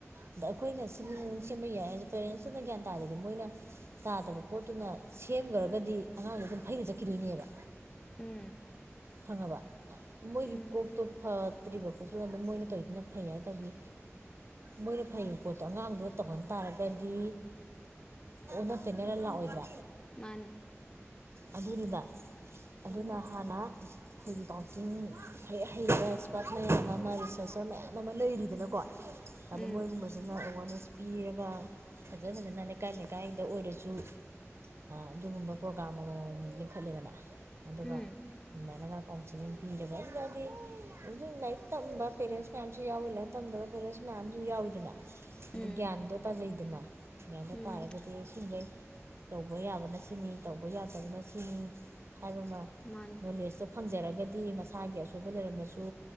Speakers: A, on the right; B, on the left.
A: ꯑꯗ ꯑꯩꯈꯣꯏꯅ ꯁꯤ ꯁꯦꯝꯕ ꯌꯥꯏ ꯄꯦꯔꯦꯟꯁꯇꯨꯅ ꯒ꯭ꯌꯥꯟ ꯇꯥꯗꯗꯤ ꯃꯣꯏꯅ ꯇꯥꯗꯕ ꯄꯣꯠꯇꯨꯅ ꯁꯦꯝꯈ꯭ꯔꯒꯗꯤ ꯑꯉꯥꯡꯗ ꯑꯗꯨꯝ ꯐꯩꯅ ꯆꯠꯈꯤꯗꯣꯏꯅꯦꯕ
B: ꯎꯝ
A: ꯐꯪꯉꯕ ꯃꯣꯏꯒꯤ
B: ꯎꯝ
A: ꯀꯣꯛꯇꯣ ꯐꯠꯇ꯭ꯔꯤꯕ ꯀꯣꯛꯇꯨꯅ ꯑꯗꯨꯝ ꯃꯣꯏꯅ ꯇꯧꯅꯤꯅ ꯐꯩ ꯍꯥꯏ ꯇꯥꯔꯗꯤ ꯃꯣꯏꯅ ꯐꯩꯕ ꯄꯣꯠꯇꯣ ꯑꯉꯥꯡꯗꯨꯗ ꯇꯧꯍꯟ ꯇꯥꯔꯒꯗꯤ ꯑꯣꯟꯅ ꯇꯩꯅꯔ ꯂꯥꯛꯑꯣꯏꯗ꯭ꯔꯥ
B: ꯃꯥꯅꯦ
A: ꯑꯗꯨꯅꯤꯗ ꯑꯗꯨꯅ ꯍꯥꯟꯅ ꯑꯩꯈꯣꯏꯒꯤ ꯀꯥꯎꯟꯁꯤꯂꯤꯡ ꯍꯩ ꯍꯩꯕ ꯑꯦꯛꯁꯄꯥꯔꯠ ꯃꯌꯥꯝ ꯑꯃ ꯔꯤꯁꯔꯆꯔ ꯃꯌꯥꯝ ꯑꯃ ꯂꯩꯔꯤꯕꯅꯀꯣ ꯑꯗ
B: ꯎꯝ
A: ꯃꯣꯏꯒꯨꯝꯕꯁꯤꯅ ꯑꯦꯋꯥꯔꯅꯦꯁ ꯄꯤꯔꯒ ꯐꯖ ꯐꯖꯅ ꯂꯩꯀꯥꯏ ꯂꯩꯀꯥꯏꯗ ꯑꯣꯏꯔꯁꯨ ꯑꯗꯨꯒꯨꯝꯕ ꯄ꯭ꯔꯣꯒꯥ꯭ꯔꯥꯝ ꯑꯃꯃꯝ ꯂꯤꯡꯈꯠꯂꯦꯗꯅ ꯑꯗꯨꯒ
B: ꯎꯝ
A: ꯑꯗꯨꯃꯥꯏꯅꯒ ꯀꯥꯎꯟꯁꯤꯂꯤꯡ ꯄꯤꯒ ꯑꯗꯨꯗꯤ ꯂꯥꯏꯔꯤꯛ ꯇꯝꯕ ꯄꯦꯔꯦꯟꯁ ꯃꯌꯥꯝꯁꯨ ꯌꯥꯎꯋꯤ ꯂꯥꯏꯔꯤꯛ ꯇꯝꯗꯕ ꯄꯦꯔꯦꯟꯁ ꯃꯌꯥꯝꯁꯨ ꯌꯥꯎꯋꯤꯗꯅ
B: ꯎꯝ
A: ꯑꯗꯨ ꯒ꯭ꯌꯥꯟꯗꯣ ꯇꯥꯖꯩꯗꯅ ꯒ ꯍꯥꯏꯗ
B: ꯎꯝ
A: ꯇꯥꯔꯒꯗꯤ ꯏꯁꯤꯡꯈꯩ ꯇꯧꯕ ꯌꯥꯕꯅ ꯁꯤꯅꯤ ꯇꯧꯕ ꯌꯥꯗꯕꯅ ꯁꯤꯅꯤ ꯍꯥꯏꯕ ꯑꯃ
B: ꯃꯥꯅꯤ
A: ꯅꯂꯦꯖꯁꯨ ꯐꯪꯖꯔꯒ ꯍꯥꯏꯒꯗꯤ ꯃꯁꯥꯒꯤ ꯑꯁꯣꯏꯕ ꯂꯩꯔꯝꯃꯁꯨ